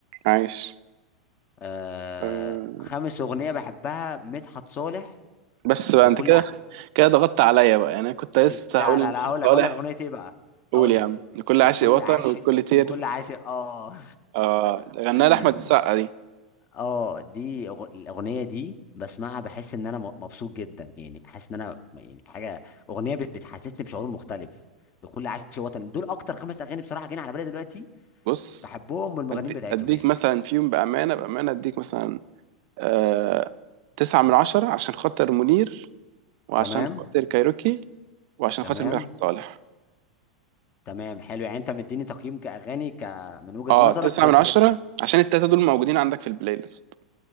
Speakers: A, on the right; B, on the left.
A: عاش
B: آه
A: آه
B: خامس أغنية بحبها مدحت صالح
A: بس بقى
B: لكل
A: انت كده
B: ع...
A: كده ضغطت عليا بقى يعني انا كنت لسه
B: لا
A: هقول
B: لا
A: لمدحت
B: لا هقول لك
A: صالح
B: هقول لك أغنية إيه بقى
A: قول
B: هقول
A: يا
B: لك
A: عم لكل عاشق
B: لكل
A: وطن
B: عاشق
A: ولكل طير
B: لكل عاشق آه
A: آه غناها
B: <laughs>
A: لاحمد السقا دي
B: اه دي أغ- الاغنيه دي بسمعها بحس ان انا م- مبسوط جدا يعني حاسس ان انا يعني حاجه اغنيه بت- بتحسسني بشعور مختلف بكل عايش وطن دول اكتر خمس اغاني بصراحه جايين على بالي دلوقتي
A: بص
B: بحبهم والمغنيين
A: أدي
B: بتاعتهم
A: اديك
B: يعني
A: مثلا في يوم بامانه بامانه اديك مثلا آه تسعة من عشرة عشان خاطر منير وعشان
B: تمام
A: خاطر كايروكي وعشان
B: تمام
A: خاطر مدحت صالح
B: تمام حلو يعني انت مديني تقييم كاغاني ك من وجهه
A: اه
B: نظرك
A: تسعة
B: تسعة
A: من عشرة عشان التلاتة دول موجودين عندك في البلاي ليست